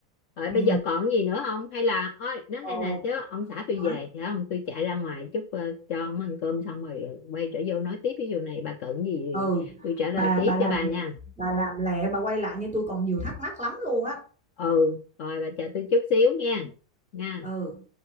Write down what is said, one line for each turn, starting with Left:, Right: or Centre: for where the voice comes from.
Left: rồi
Centre: Ừ.
Left: bây giờ còn gì nữa không hay là ôi nói
Centre: Ồ,
Left: nghe nè chứ ông xã tôi
Centre: hả?
Left: về phải không tôi chạy ra ngoài chút ờ, cho ông ăn cơm xong rồi quay trở vô nói tiếp ví dụ này bà cần gì
Centre: Ừ.
Left: tôi trả
Centre: Bà
Left: lời tiếp
Centre: bà làm
Left: cho bà nha
Centre: bà làm lẹ bà quay lại như tôi còn nhiều thắc mắc lắm luôn á.
Left: ừ rồi bà chờ tôi chút xíu nha nha
Centre: Ừ.